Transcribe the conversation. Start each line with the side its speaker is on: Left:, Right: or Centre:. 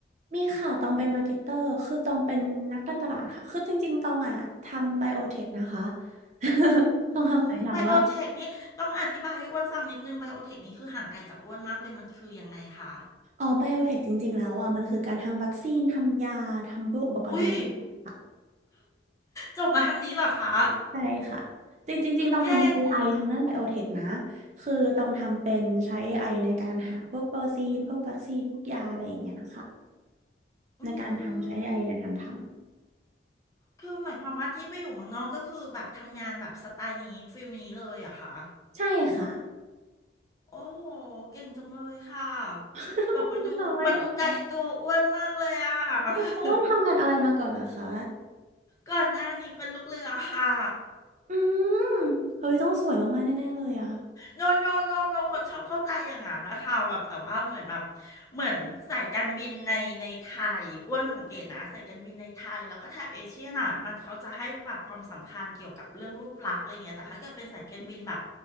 Right: มีค่ะตองเป็นมาร์เก็ตเตอร์คือตองเป็นนักการตลาดค่ะ คือจริงๆตองอ่ะทำไบโอเทคนะคะ <laughs> ตองทำหลายอย่างว่าก
Left: อืมไบโอเทคนี่ต้องอธิบายให้อ้วนฟังนิดนึงไบโอเทคนี่คือห่างไกลจากอ้วนมากเลยมันคือยังไงคะ
Right: อ๋อไบโอเทคจริงๆแล้วอ่ะมันคือการทำวัคซีนทำยาทำพวกอุปกรณ์ทางการแพทย์ค่ะ
Left: อุ้ยจบมาทางนี้เหรอคะ
Right: ใช่ค่ะจริงๆจริงๆต้องทำเป็นเอไ
Left: เก่งอ่ะ
Right: i ทางด้านไบโอเทคนะคือต้องทำเป็นใช้เอไอในการหาพวกโปรตีนพวกวัคซีนพวกยาอะไรอย่างเงี้ยค่ะ
Left: อื
Right: ในการทำใช้เอไอในการท
Left: มคือหมายความว่าที่ไปอยู่เมืองนอกก็คือแบบทำงานแบบสไตล์นี้ฟิลนี้เลยเหรอะคะ
Right: ำ ใช่ค่ะ
Left: โอ้โหเก่งจังเลยค่ะ
Right: <laughs>
Left: แบบมันดูมันดูไกลตัวอ้วนมากเลยอะ
Right: ขอบคุณค่ะไม่หรอกค่ะ
Left: <laughs>
Right: คุณโอนทำงานอะไรมาก่อนเหรอคะ
Left: ก่อนหน้านี้เป็นลูกเรือค่ะ
Right: อืมเฮ้ยต้องสวยมากๆแน่ๆเลยอ่ะ
Left: โนโนโนโนคนชอบเข้าใจอย่างนั้นนะคะแบบแต่ว่าเหมือนแบบเหมือนสายการบินในในไทยอ้วนสังเกตนะสายการบินในไทยแล้วก็แถบเอเชียน่ะมันเขาจะให้แบบความสำคัญเกี่ยวกับเรื่องรูปลักษณ์อะไรเงี้ยแต่ถ้าเกิดเป็นสายการบินแบบ